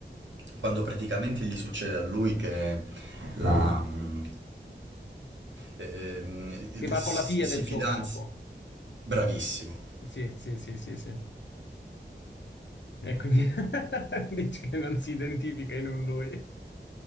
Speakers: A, on the right; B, on the left.
A: quando praticamente gli succede a lui che la, mm, ehm, il-
B: che va
A: si
B: con la figlia
A: si
B: del suo
A: fidanza.
B: capo.
A: Bravissimo.
B: Sì, sì, sì, sì, sì. E quindi <laughs> dici che non si identifica in un lui.